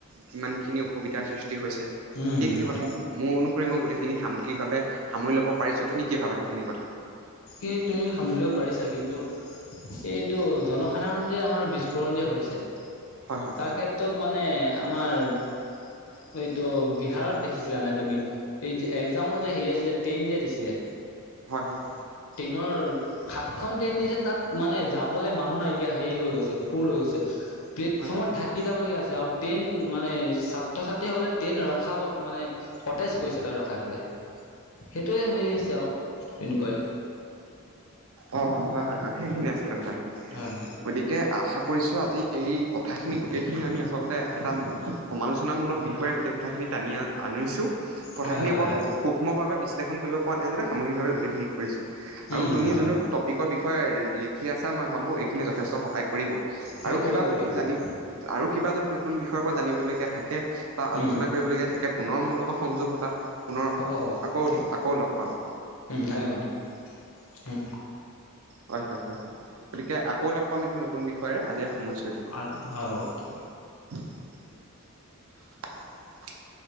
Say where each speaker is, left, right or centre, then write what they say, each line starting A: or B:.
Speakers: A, on the right (about 75°); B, on the left (about 70°).
A: কিমান খিনি অসুবিধাৰ সৃষ্টি হৈছে
B: উম
A: সেইখিনি
B: হয়
A: কথা মোৰ অনুসৰি মই গোটেইখিনি সামগিকভাৱে সামৰি ল'ব পাৰিছোঁ তুমি কি ভাবা? সেইখিনি কথা
B: এ তুমি সামৰিব পাৰিছা কিন্তু এইটো জনসাধাৰণ যে আমাৰ বিস্ফোৰণ যে হৈছে
A: হয় হয়
B: তাৰ ক্ষেত্ৰত মানে আমাৰ এইটো বিহাৰত দেখিছিলা নাই তুমি, এই যে একজামৰ যে হেৰি আছিলে টেইন যে দিছিলে।
A: হয়, হয়
B: নৰ সাতখন ট্ৰেইন দিছে তাত মানে যাবলে মানুহ নাইকিয়া হেৰি হৈ গৈছে ফুল হৈ গৈছে। প্লেটফৰ্মত
A: হয় হয় হয়
B: থাকি যাব লহিয়া হৈছে। আৰু ট্ৰেইন মানে ছাত্ৰ ছাত্ৰীসকলে ট্ৰেইন ৰখাব মানে প্ৰটেচ কৰিছে তাত ৰখাই পেলাই। সেইটোৱে হেৰি হৈছে আৰু তেনেকুৱাই।
A: অ', অ', হয়, হয়, হয়, সেইখিনি আচলতে কথাখিনি
B: হয়
A: গতিকে আশা কৰিছোঁ আজি এই কথাখিনি গোটেইখিনি আমি আচলতে এটা সমালোচনামূলক বিষয়ে গোটেই কথাখিনি টানিয়াল আনিছোঁ কথাখিনিৰ
B: হয় হয়
A: ওপৰত
B: হয়
A: সূক্ষ্মভাৱে বিশ্লেষণ কৰিব পৰা নাই যে সামগ্ৰিকভাৱে গোটেইখিনি কৰিছোঁ।
B: উম
A: আৰু তুমি
B: হয়
A: যোনটো
B: হয়
A: টপিকৰ বিষয়ে লিখি আছা। মই ভাবোঁ এইখিনি যথেষ্ট সহায় কৰিব।
B: হয়
A: আৰু
B: কৰিব
A: কিবা
B: কৰিব
A: যদি
B: কৰিব
A: জানি আৰু কিবা যদি নতুন বিষয়ৰ পৰা জানিবলগীয়া থাকে, বা
B: উম
A: আলোচনা কৰিবলগীয়া থাকে পুনৰ মোৰ লগত সংযোগ হোবা। পুনৰ
B: হ'ব হ'ব
A: আকৌ-আকৌ
B: ঠিক
A: লগ পাম,
B: উম ধন্যবাদ উম
A: হয়-হয়-হয়-হয় গতিকে আকৌ লগ পাম এটি নতুন বিষয়েৰে আজি সামৰিছোঁ দিয়া
B: আ হয়কে <unintelligible>
A: <unintelligible>